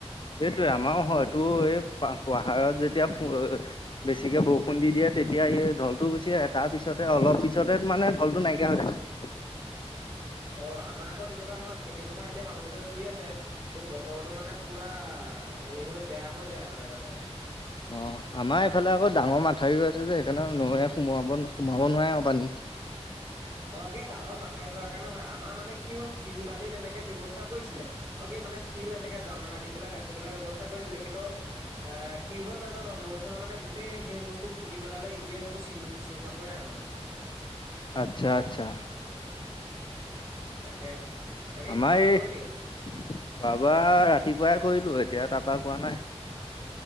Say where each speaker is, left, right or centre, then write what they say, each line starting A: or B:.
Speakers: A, on the left; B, on the right.
A: এইটোয়ে আমাৰো হয়, তোৰ এই পা-পাহাৰত যেতিয়া <unintelligible> বেছিকে বৰষুণ দি দিয়ে তেতিয়া এই ঢলটো গুচি আহে, তাৰপিছতে অলপপিছতে মানে ঢলটো নাইকিয়া হৈ থাকে।
B: অ', আমাৰ আকৌ তেনেকুৱা নহয়, খেতি পথাৰ এতিয়া মানুহ <unintelligible> কৰি আছে অ', বত বতৰটো মানে পুৰা হেৰি হৈ বেয়া হৈ যায় মানে তাতে।
A: অ', আমাৰ এইফালে আকৌ ডাঙৰ মাথাউৰিয়ো আছে যে, সেইকাৰণে নৈয়ে সোমোৱাব, সোমাব নোৱাৰে আৰু পানী।
B: অ', সেই ডাঙৰ মাথাউৰি হোৱা কাৰণে হয়, আমাৰ মানে কি হ'ল, শিল, বালিৰ এনেকে ব্যৱচ চা কৰিছিলে অ মানে শিল এনেকে জাননা দি পেলাই গাঁঠি পেলাৰ ব্যৱস্থা কৰিছিলে কিন্তু এ কি হল নাজানো। নৰ মানে গোটেই সেইখিনি বস্তু পুতি পেলালে এতিয়া সেইবোৰ চিন চিন চাপই নাই মানে
A: আচ্ছা আচ্ছা,,
B: তাকে বাকী
A: আমাৰ
B: খোৱা বোৱা
A: এই
B: কৰিলি
A: বাবা ৰাতিপুৱাই কৰিলো। এতিয়া তাৰপৰা কোৱা নাই